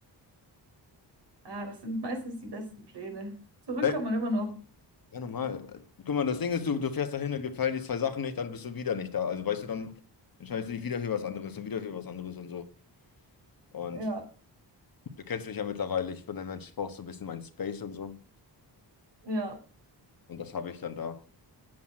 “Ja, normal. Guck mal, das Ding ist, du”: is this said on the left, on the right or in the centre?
Left